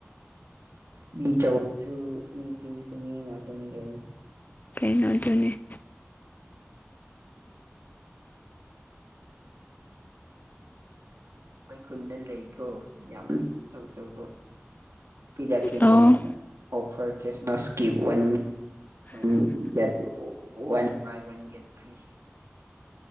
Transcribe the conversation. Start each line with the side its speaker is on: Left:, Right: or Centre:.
Right: ꯃꯤ ꯆꯧꯕꯁꯨ ꯃꯤ ꯄꯤꯑꯁꯨ ꯃꯤ ꯉꯥꯛꯇꯅꯤ ꯀꯩꯅꫭ
Left: ꯀꯅ <unintelligible> ꯇꯅꯦꯅꯤ <unintelligible>
Right: ꯑꯩꯈꯣꯏ ꯈꯨꯟꯗ ꯂꯩꯀꯣ ꯌꯥꯝ ꯑꯆꯧꯆꯧꯕ ꯄꯤꯔꯛꯀꯦ
Left: ꯑꯣ
Right: ꯅꯪꯉꯣꯟꯗ offer ꯈ꯭ꯤꯁꯃꯁꯀꯤ‌ <unintelligible> one buy one get free